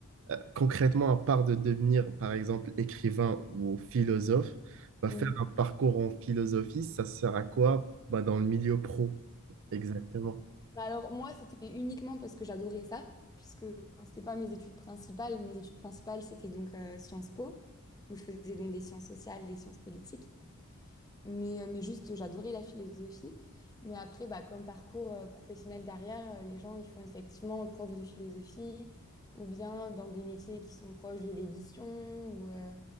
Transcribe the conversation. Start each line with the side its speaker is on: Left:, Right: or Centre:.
Right: Euh, concrètement, à part de devenir, par exemple, écrivain ou philosophe, bah, faire
Left: Mhm.
Right: un parcours en philosophie, ça sert à quoi bah, dans le milieu pro, exactement.
Left: Bah alors moi, c'était uniquement parce que j'adorais ça, puisque enfin, c'était pas mes études principales. Mes études principales, c'était donc euh, Sciences Po, où je faisais donc des sciences sociales, des sciences politiques. Mais, euh, mais juste, j'adorais la philosophie. Mais après, bah, comme parcours euh, professionnel derrière, euh, les gens, ils font effectivement prof de philosophie ou bien dans des métiers qui sont proches de l'édition ou, euh,